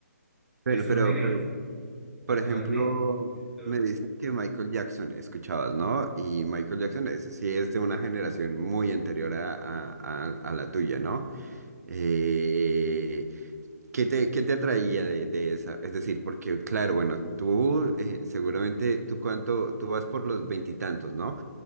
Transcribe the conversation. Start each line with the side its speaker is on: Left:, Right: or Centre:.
Right: Bueno,
Centre: esos
Right: pero,
Centre: géneros
Right: pero, por
Centre: actualmente.
Right: ejemplo,
Centre: siento-
Right: me dicen que Michael Jackson escuchabas, ¿no? Y Michael Jackson es, sí es de una generación muy anterior a, a- a- a la tuya, ¿no? Eh, ¿Qué te, qué te atraía de, de esa? Es decir, porque claro, bueno, tú eh, seguramente, tú cuánto, tú vas por los veintitantos, ¿no?